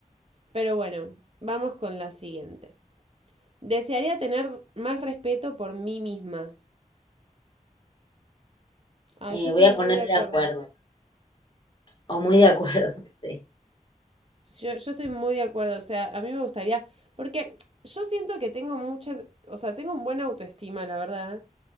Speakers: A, on the right (about 45°); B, on the left (about 35°).
A: Pero bueno, vamos con la siguiente. Desearía tener más respeto por mí misma. Ah,
B: Eh,
A: yo estoy
B: voy a
A: muy
B: poner
A: de
B: de
A: acuerdo.
B: acuerdo, o
A: Sí.
B: muy de acuerdo, <laughs> sí.
A: Yo, yo estoy muy de acuerdo. O sea, a mí me gustaría. Porque yo siento que tengo mucha. O sea, tengo un buena autoestima, la verdad.